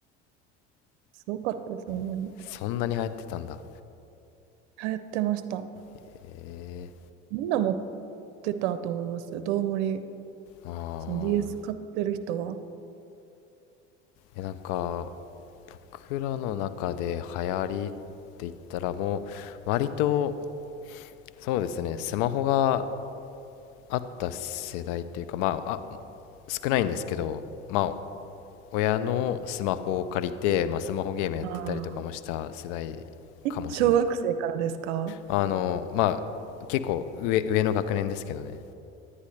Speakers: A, on the right; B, on the left.
A: すごかったです、ほんまに。
B: <laughs> そんなに流行ってたんだ。
A: 流行ってました。
B: へえ。
A: みんな持ってたと思います。どうもり
B: ああ。
A: その DS 買ってる人は
B: え、なんか、僕らの中で流行りって言ったらもう、割と、そうですね、スマホがあった世代というか、まあ、あ、少ないんですけど、まあ、親のスマホを借りて、まあ、スマホゲームやってたりとかもした世代
A: ああー、
B: かもしれない。
A: え、小学生からですか
B: あの、まあ、結構上、上の学年ですけどね。